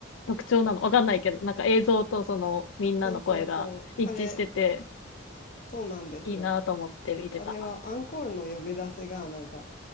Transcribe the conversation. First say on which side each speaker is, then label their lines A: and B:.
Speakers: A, on the left; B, on the left.
A: 特徴なのわかんないけど、なんか映像とそのみんなの声が一致してて
B: そうそうそう。あれ、そうなんですよ。
A: いいなと思って見てた。
B: あれはアンコールの呼び出しがなんか、